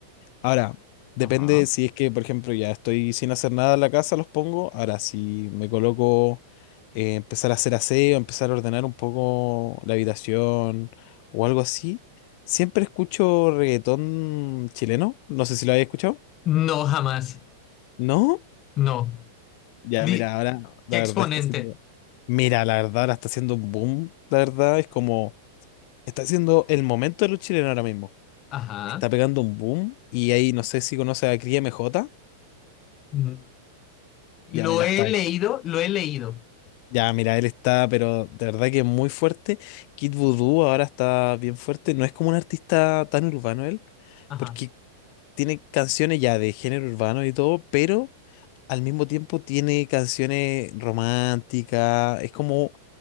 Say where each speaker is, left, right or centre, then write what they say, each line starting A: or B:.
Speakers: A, on the left; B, on the left.
A: Ahora, depende
B: Ajá.
A: si es que, por ejemplo, ya estoy sin hacer nada en la casa, los pongo. Ahora, si me coloco eh, empezar a hacer aseo, empezar a ordenar un poco la habitación o algo así, siempre escucho reggaetón chileno. No sé si lo habéis escuchado.
B: No, jamás.
A: ¿No?
B: No.
A: Ya,
B: Di-
A: mira, ahora la
B: ¿qué exponente?
A: verdad está haciendo. Mira, la verdad ahora está haciendo un boom. La verdad es como. Está haciendo el momento de los chilenos ahora mismo.
B: Ajá.
A: Está pegando un boom y ahí no sé si conoce a Cría M J
B: Ujú. Lo
A: Ya, mira,
B: he
A: está
B: leído, lo he leído.
A: Ya, mira, él está, pero de verdad que es muy fuerte. Kid Voodoo ahora está bien fuerte. No es como un artista tan urbano él,
B: Ajá.
A: porque tiene canciones ya de género urbano y todo, pero al mismo tiempo tiene canciones románticas. Es como